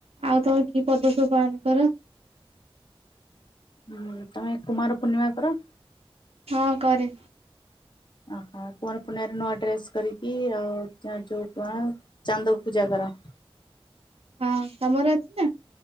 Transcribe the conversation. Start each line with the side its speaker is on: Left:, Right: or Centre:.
Right: ଆଉ ତମର କି ପର୍ବପର୍ବାଣୀ କର?
Left: ହୁଁ ତମେ କୁମାର ପୂର୍ଣ୍ଣିମା କର?
Right: ହଁ କରେ।
Left: ଓହୋ କୁଆଁର ପୁନେଇଁରେ ନୂଆ ଡ୍ରେସ୍ କରିକି ଆଉ ଚା ଯୋଉ ଗାଁ। ଚାନ୍ଦକୁ ପୂଜା କର?
Right: ହଁ ତମର ଅଛି ନା?